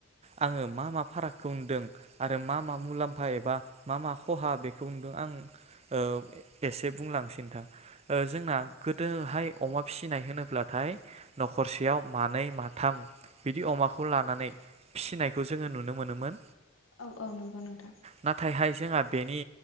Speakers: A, on the right; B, on the left.
A: आङो मा मा फारागखौ नुदों आरो मा मा मुलाम्फा एबा मा मा खहा बेखौ नुदों आं ओ एसे बुंलांनोसै नोंथां ओ जोंना गोदोहाय अमा फिसिनाय होनोब्लाथाय न'खरसेयाव मानै माथाम बिदि अमाखौ खौ लानानै फिनायखौ जोङो नुनो मोनोमोन
B: औ औ नंगौ नोंथां
A: नाथायहाय जोंहा बेनि